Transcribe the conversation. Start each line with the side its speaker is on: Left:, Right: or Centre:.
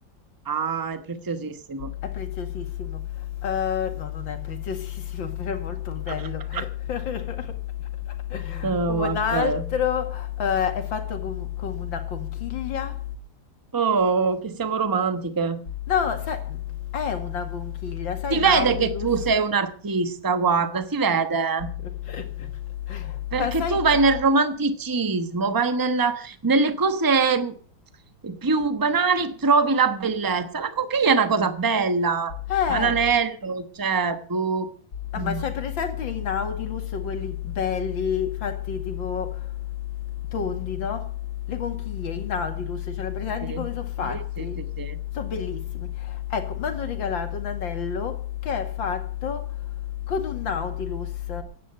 Right: Ah, è preziosissimo.
Left: È preziosissimo. Eh, no, non è preziosissimo, <laughs> però è molto
Right: <laughs>
Left: bello. <laughs>
Right: Oh,
Left: Un
Right: vabbè.
Left: altro, eh, è fatto con, con una conchiglia.
Right: Oh, che siamo romantiche.
Left: No, sai, è una conchiglia, sai
Right: Si vede
Left: Nautilus?
Right: che tu sei un artista, guarda, si vede,
Left: <laughs>
Right: perché
Left: Ma sai,
Right: tu vai
Left: cioè,
Right: nel romanticismo, vai nella- nelle cose mh, più banali, trovi la bellezza. La conchiglia è una cosa bella,
Left: eh,
Right: ma l'anello, cioè, boh.
Left: Ah,
Right: Mm.
Left: ma c'hai presente i Nautilus, quelli belli, fatti tipo tondi, no? Le conchiglie, i Nautilus, ce li hai presenti
Right: Sì, sì,
Left: come sono fatti?
Right: sì, sì, sì, sì.
Left: Sono bellissimi. Ecco, mi hanno regalato un anello che è fatto con un Nautilus.